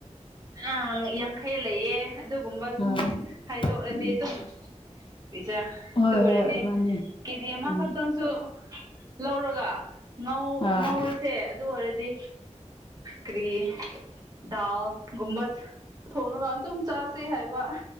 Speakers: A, on the right; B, on the left.
A: ꯑꯪ ꯌꯥꯡꯈꯩ ꯂꯩꯌꯦ ꯑꯗꯨꯒꯨꯝꯕ ꯑꯗꯨꯝ
B: ꯑꯥ
A: ꯍꯥꯏꯗꯣꯛꯂꯗꯤ
B: ꯎꯝ
A: ꯑꯗꯨꯝ ꯄꯤꯖꯔ
B: ꯍꯣꯏ
A: ꯑꯗꯨ ꯑꯣꯏꯔꯗꯤ
B: ꯍꯣꯏ ꯃꯥꯅꯦ
A: ꯀꯦꯖꯤ ꯑꯃꯈꯛꯇꯪꯁꯨ
B: ꯎꯝ
A: ꯂꯧꯔꯒ ꯉꯧ
B: ꯑꯥ
A: ꯉꯧꯔꯤꯁꯦ ꯑꯗꯨ ꯑꯣꯏꯔꯗꯤ ꯀ꯭ꯔꯤ ꯗꯥꯎ ꯒꯨꯝꯕ ꯊꯣꯡꯅꯕ ꯑꯗꯨꯝ ꯆꯥꯥꯁꯩ ꯍꯥꯏꯕ